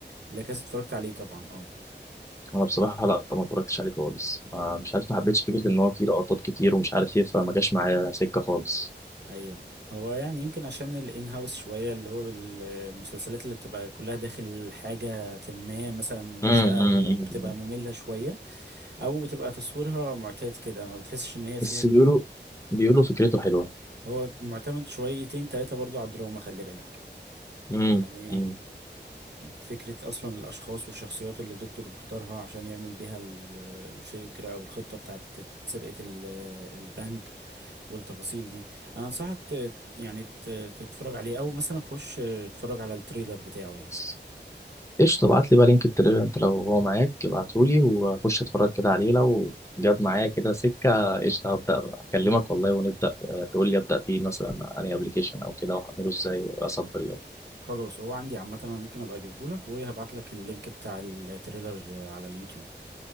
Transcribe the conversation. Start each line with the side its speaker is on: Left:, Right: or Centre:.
Right: لا كاسا اتفرجت عليه طبعا اه
Left: انا بصراحه لا ما اتفرجتش عليه خالص ما- مش عارف ما حبيتش فكره ان هو فيه لقطات كتير ومش عارف ايه فما جاش معايا سكه خالص
Right: ايوه هو يعني يمكن عشان الان هاوس شويه اللي هو بال- المسلسلات اللي بتبقى كلها داخل حاجه ما مثلا منشأة
Left: م-م-م.
Right: وبتبقى ممله شويه او بتبقى تصويرها معتاد كده ما بتحسش ان هي فيها
Left: بس بيقولوا بيقولوا فكرته حلوه
Right: هو معتمد شويتين تلاتة برضو على الدراما خلي بالك
Left: م-م-م.
Right: يعني فكرة أصلا الأشخاص والشخصيات اللي الدكتور بيختارها عشان يعمل بيها ال- الفكرة أو الخطة بتاعت سرقة ال- البنك والتفاصيل دي أنا أنصحك ت- يعني ت- تتفرج عليه أو مثلا خش اتفرج على التريلر بتاعه يعني
Left: بس قشطة ابعت لي بقى لينك التليجرام انت لو هو معاك ابعتهولي واخش اتفرج كده عليه لو جاب معايا كده سكة قشطة هبدأ بقى اكلمك والله ونبدأ آه، تقول لي ابدأ فيه مثلا انهي ابلكيشن او كده واحمله ازاي اصبر يلا
Right: خلاص هو عندي عامة أنا ممكن أبقى أجيبهولك وهبعتلك اللينك بتاع التريلر على اليوتيوب